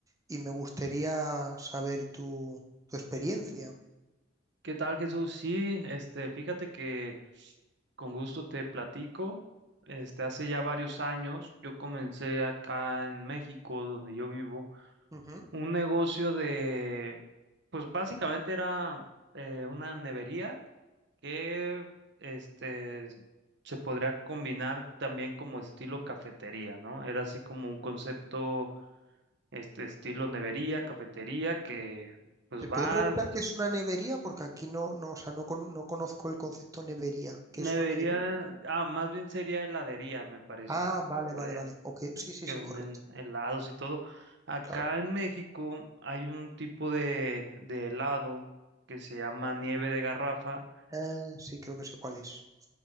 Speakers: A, on the right (about 20°); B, on the right (about 65°).
A: y me gustaría saber tu, tu experiencia.
B: ¿Qué tal, Jesús? Sí, este, fíjate que con gusto te platico. Este, hace ya varios años yo comencé acá en México, donde yo vivo,
A: Ujú.
B: un negocio de, pues básicamente era eh, una nevería que, este, se podría combinar también como estilo cafetería, ¿no? Era así como un concepto, este, estilo nevería, cafetería, que pues
A: ¿Te
B: va
A: puedo preguntar qué es una nevería? Porque aquí no, no, o sea, no, con- no conozco el concepto nevería.
B: Nevería,
A: ¿Qué es una nevería?
B: ah, más bien sería heladería, me parece,
A: Ah, vale,
B: por
A: vale,
B: allá,
A: vale. Ok, sí, sí,
B: que
A: sí,
B: venden
A: correcto.
B: helados y todo. Acá
A: Claro.
B: en México hay un tipo de, de helado que se llama nieve de garrafa.
A: Eh, sí, creo que sé cuál es.